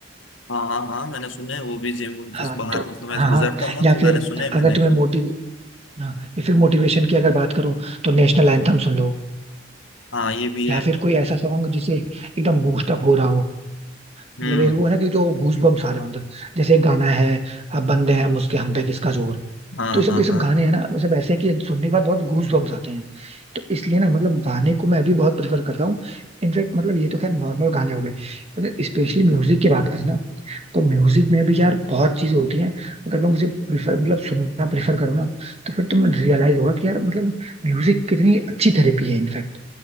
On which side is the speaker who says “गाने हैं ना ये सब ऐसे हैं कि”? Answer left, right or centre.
Right